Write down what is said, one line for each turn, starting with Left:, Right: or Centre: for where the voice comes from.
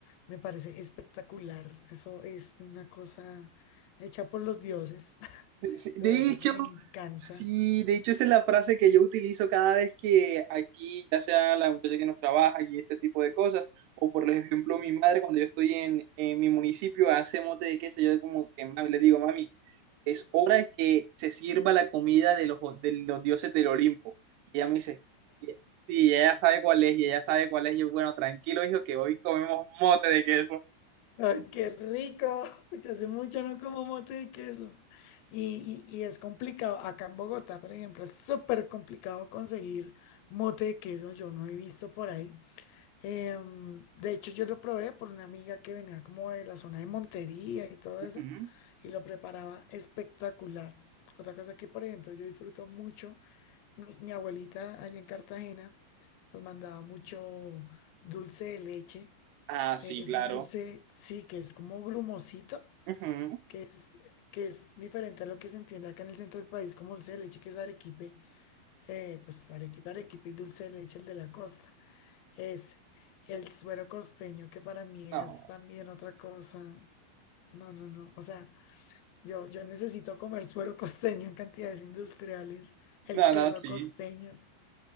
Left: Me parece espectacular. Eso es una cosa hecha por los dioses. <laughs>
Right: Sí, De
Left: De verdad
Right: hecho,
Left: que me encanta.
Right: sí, de hecho esa es la frase que yo utilizo cada vez que aquí, ya sea la muchacha que nos trabaja y este tipo de cosas, o por ejemplo mi madre cuando yo estoy en, en mi municipio hace mote de queso, yo como que ma- le digo, mami, es hora de que se sirva la comida de los, de los dioses del Olimpo. Y ella me dice, y sí, y ella sabe cuál es, y ella sabe cuál es, y yo, bueno, tranquilo, hijo, que hoy comemos mote de queso.
Left: ¡Ay, qué rico! <laughs> Ya hace mucho no como mote de queso. Y, y- y es complicado. Acá en Bogotá, por ejemplo, es súper complicado conseguir mote de queso. Yo no he visto por ahí. Em, de hecho, yo lo probé por una amiga que venía como de la zona de Montería y todo
Right: Ujú.
Left: eso, y lo preparaba espectacular. Otra cosa que, por ejemplo, yo disfruto mucho, mi, mi abuelita allá en Cartagena nos mandaba mucho dulce de leche.
Right: Ah, sí,
Left: Eh, es
Right: claro.
Left: un dulce, sí, que es como grumosito,
Right: Ujú.
Left: que es, que es diferente a lo que se entiende acá en el centro del país como dulce de leche, que es arequipe, eh, pues arequipe, arequipe y dulce de leche, el de la costa. Es el suero costeño, que para mí es
Right: No,
Left: también otra cosa. No, no, no. O sea, yo, yo necesito comer suero costeño en cantidades industriales. El
Right: no,
Left: queso
Right: no, sí.
Left: costeño.